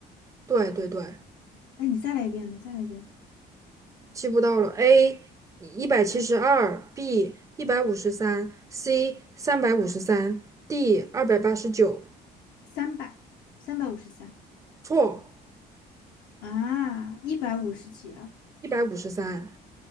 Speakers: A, on the right (about 20°); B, on the left (about 75°).
A: 对对对，
B: 哎，你再来一遍呢，再来一遍，
A: 记不到了，A 一百七十二，B 一百五十三，C 三百五十三，D 二百八十九。
B: 三百，三百五十三。
A: 错。
B: 啊，一百五十几啊？
A: 一百五十三，